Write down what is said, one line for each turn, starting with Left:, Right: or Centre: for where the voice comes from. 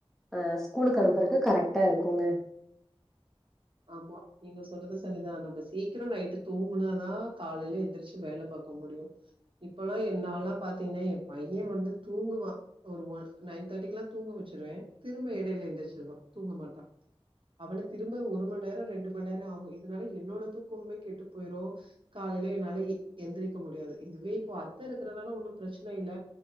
Centre: அ ஸ்கூலுக்கு அனுப்புறக்கு கரெக்டா இருக்குங்க
Right: ஆமா நீங்க சொல்றது சரிதா, நம்ப சீக்கிரோ நைட்டு தூங்குனாதா காலைல எந்திரிச்சு வேல பாக்க முடியு இப்பல்லா எ நான்லா பாத்தீங்னா எ பைய வந்து தூங்குவா ஒரு ஒ நைன் தேர்ட்டி எல்லா தூங்க வச்சிருவே திரும்ப இடையில எந்திரிச்சிருவா தூங்க மாட்டா அவன திரும்ப ஒரு மண்நேர ரெண்டு மணி நேரோ ஆகு, இதனால என்னோட தூக்கமுமே கெட்டு போயிரு காலையில என்னால எந்திரிக்க முடியாது இதுவே இப்போ அத்தை இருக்கறனால ஒன்னு பிரச்சன இல்ல